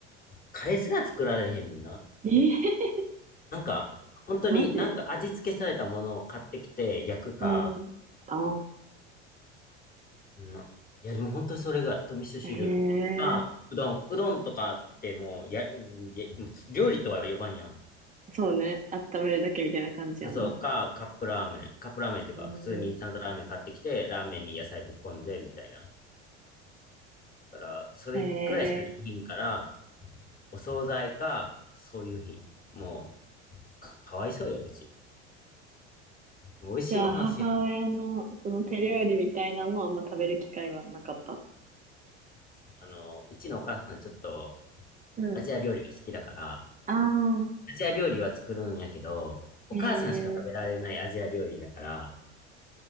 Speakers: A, on the left; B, on the right.
A: カレーすら作られへんねんな。
B: ええ <laughs>
A: なんか、本当になんか味付けされたものを買ってきて焼くか、
B: マジうん。あ
A: な、いや、でも本当にそれぐらい。と味噌汁か、
B: あ、ええ
A: うどん。うどんとかってもう、や、んや料理とは呼ばんやん。
B: そうね。温めるだけみたいな感じやんな。
A: そうか、カップラーメン。カップラーメンっていうか、
B: うん。
A: 普通にインスタントラーメン買ってきて、ラーメンに野菜ぶっこんで、みたいな。だから、それぐらいしかできひんから、
B: へえ。
A: お惣菜か、そういう日。もう、か、かわいそうよ、うち。美味しいご飯知らん。
B: じゃあ、母親のその手料理みたいなのもあんま食べる機会はなかった。
A: あの、うちのお母さんちょっと、
B: うん。
A: アジア料理が好きだから、
B: ああ、
A: アジア料理は作るんやけど、お母さんしか食べられないアジア料理だから、
B: へえ